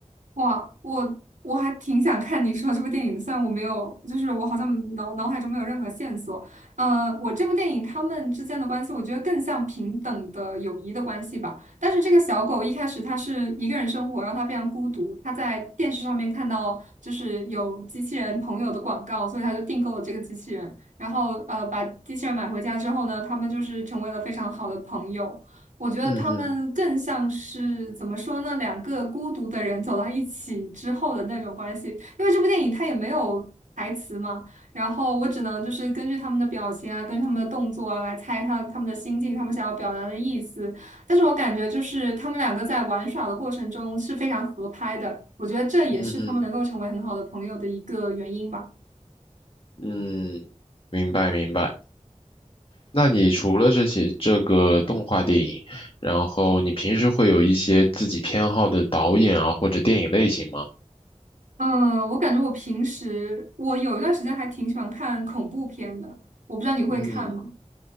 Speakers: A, on the right; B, on the left.
A: 哇，我我还挺想看你说这部电影的虽然我没有，就是我好像脑脑海中没有任何线索。呃，我这部电影他们之间的关系，我觉得更像平等的友谊的关系吧。但是这个小狗一开始它是一个人生活，然后它非常孤独。它在电视上面看到就是有机器人朋友的广告，所以它就订购了这个机器人。然后呃，把机器人买回家之后呢，他们就是成为了非常好的朋友。我觉得他们更像是怎么说呢？
B: 嗯哼，
A: 两个孤独的人走到一起之后的那种关系。因为这部电影它也没有台词嘛，然后我只能就是根据他们的表情啊，根据他们的动作啊来猜他他们的心境，他们想要表达的意思。但是我感觉就是他们两个在玩耍的过程中是非常合拍的，我觉得这也是他们能够成为很好的朋友的一个原因吧。
B: 嗯哼，嗯，明白明白。那你除了这些这个动画电影，然后你平时会有一些自己偏好的导演啊，或者电影类型吗？
A: 嗯，我感觉我平时我有一段时间还挺喜欢看恐怖片的，我不知道你会看吗？
B: 嗯，